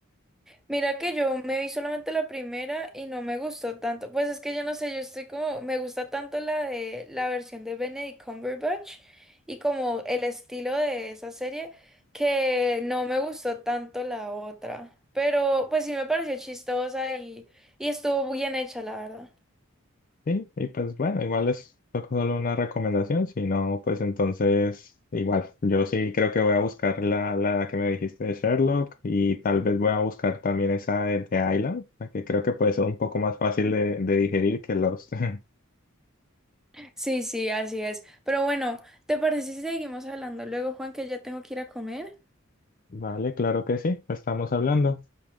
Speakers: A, in the centre; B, on the left.
A: Mira que yo me vi solamente la primera y no me gustó tanto. Pues es que yo no sé, yo estoy como, me gusta tanto la de la versión de Benedict Cumberbatch y como el estilo de esa serie que no me gustó tanto la otra. Pero pues sí me pareció chistosa y, y estuvo bien hecha, la verdad.
B: Sí, y pues bueno, igual es solo una recomendación, si no, pues entonces igual, yo sí creo que voy a buscar la, la que me dijiste de Sherlock y tal vez voy a buscar también esa de, de Island, la que creo que puede ser un poco más fácil de, de digerir que Lost. <laughs>
A: Sí, sí, así es. Pero bueno, ¿te parece si seguimos hablando luego, Juan, que ya tengo que ir a comer?
B: Vale, claro que sí, estamos hablando.